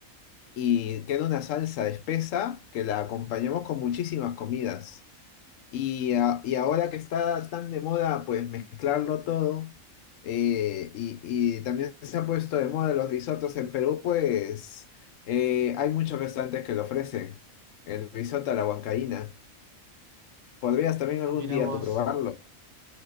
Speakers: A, on the left; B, on the right.
A: y queda una salsa espesa que la acompañamos con muchísimas comidas. Y, a- y ahora que está tan de moda, pues mezclarlo todo, eh, y, y también se ha puesto de moda los risotos en Perú, pues eh, hay muchos restaurantes que lo ofrecen. El risotto a la huancaína. Podrías también
B: Ah,
A: algún
B: mira
A: día
B: vos.
A: tú probarlo.